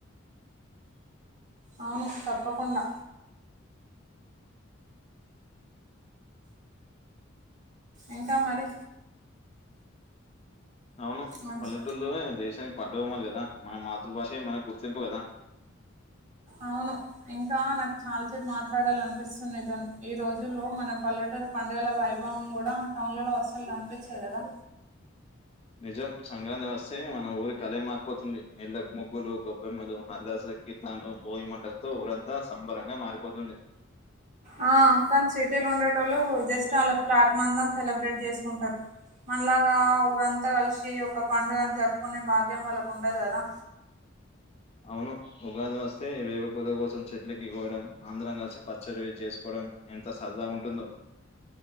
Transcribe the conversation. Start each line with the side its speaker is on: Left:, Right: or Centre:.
Right: అవును తప్పకుండా ఇంకా మరి
Left: అవును
Right: మంచి
Left: పల్లెటూల్లోనే దేశానికి పట్టుకోమ్మలు కదా మన మాతృభాషే మనకు గుర్తింపు కదా
Right: అవును ఇంకా నాకు చాలాసేపు మాట్లాడాలనిపిస్తుంది నితోని ఈ రోజుల్లో మన పల్లెట్ పండుగల వైభవం కూడా టౌన్ ల లో అసల్ కనిపించదు కదా
Left: నిజం సంక్రాంతి వస్తే మన ఊరి కళ మారిపోతుంది ఇళ్ళలకు ముగ్గులు గబ్బెమ్మలు హరిదాసరా కీర్తనలు భోయి మంటలతో ఊరంతా సంబరంగా మారిపోతుంది
Right: ఆ తను సిటీలో ఉండేటళ్ళు జస్ట్ అళ్ళ ఫ్లాట్ మందం సెలబ్రేట్ చేసుకుంటారు మనలాగా ఊరంతా కలిసి ఒక పండుగను జరుపుకునే భాగ్యం వాళ్ళకు ఉండదు కదా
Left: అవును ఉగాది వస్తే వేప పూత కోసం చెట్లకి పోవడం అందరం కలిసి పచ్చడివి చేసుకోవడం ఎంత సరదా ఉంటుందో